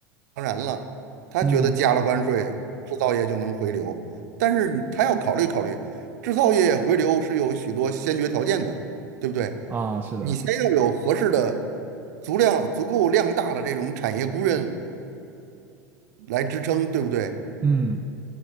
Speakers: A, on the right; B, on the right.
A: 然了，他觉得加了关税，
B: 嗯
A: 制造业就能回流，但是你他要考虑考虑，制造业回流是有许多先决条件的，对不对？
B: 啊，是的，
A: 你先要有合适的、足量足够量大的这种产业工人来支撑，对不对？
B: 嗯